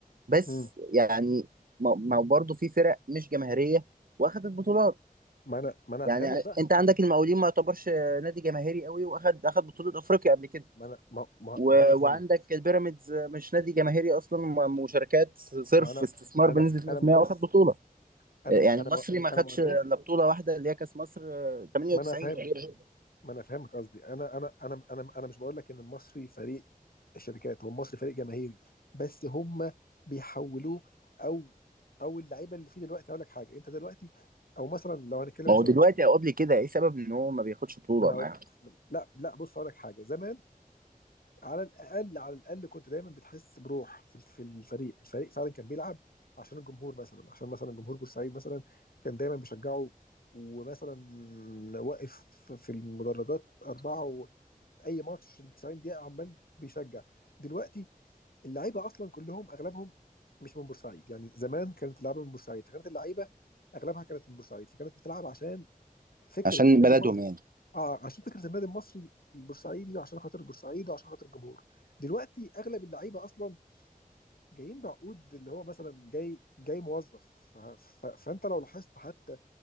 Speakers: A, on the right; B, on the left.
A: بس
B: مم.
A: يعني ما ما برضو في فرق مش جماهيريه واخدت بطولات
B: ما انا ما انا
A: يعني
B: هفهمك بقى
A: انت عندك المقاولين ما يعتبرش نادي جماهيري قوي واخد اخد بطولة افريقيا قبل كده
B: ما انا ما, ما,
A: و...
B: ما انا هفهمك
A: وعندك البيراميدز مش نادي جماهيري اصلا م- مشاركات صرف
B: ما انا
A: استثمار
B: انا
A: بنسبة 100%
B: انا ما بص
A: واخد بطولة
B: بص انا
A: يعني
B: انا
A: المصري
B: ما
A: ما خدش
B: انا ما قلتلكش
A: الا بطولة واحدة اللي هي كاس مصر 98
B: ما انا هفهمك
A: تقريبا
B: ما انا هفهمك قصدي انا انا انا انا انا مش بقول لك ان المصري فريق الشركات هو المصري فريق جماهيري بس هم بيحولوه او او اللعيبه اللي فيه دلوقتي هقول لك حاجه انت دلوقتي او مثلا لو هنتكلم
A: ما
B: مثلا
A: هو دلوقتي
B: ما
A: او قبل كده ايه سبب ان هو ما بياخدش بطولة
B: انا هقول
A: معاهم
B: لك لا لا بص هقول لك حاجه زمان على الاقل على الاقل كنت دايما بتحس بروح في في الفريق الفريق فعلا كان بيلعب عشان الجمهور مثلا عشان مثلا جمهور بورسعيد مثلا كان دايما بيشجعه ومثلا واقف في المدرجات أربعة وأي ماتش ال 90 دقيقة عمال بيشجع دلوقتي اللعيبة أصلا كلهم أغلبهم مش من بورسعيد يعني زمان كانت اللعيبة من بورسعيد فكانت اللعيبة أغلبها كانت من بورسعيد فكانت بتلعب عشان فكرة
A: عشان
B: النادي
A: بلدهم
B: المصري
A: يعني
B: اه عشان فكره النادي المصري البورسعيدي وعشان خاطر البورسعيد وعشان خاطر الجمهور دلوقتي اغلب اللعيبه اصلا جايين بعقود اللي هو مثلا جاي جاي موظف ف... ف... فانت لو لاحظت حتى